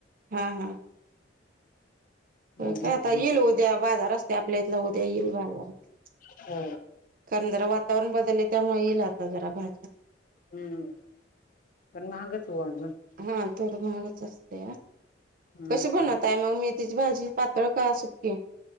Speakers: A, on the right (about 45°); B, on the left (about 45°).
A: हा हा. हो
B: मग घेतली
A: काय आता. येल उद्या बाजार असतोय. आपल्यात इथला उद्या येईल बाजारात.
B: हो
A: वातावरण बदलले त्यामुळे येईल आता जरा भाज्या.
B: हम्म पण महागच हो अजून.
A: हा थोडं महागच असतया.
B: हम्म
A: कशी बनतंय मग मेथी. भाजी पातळ का सुकी?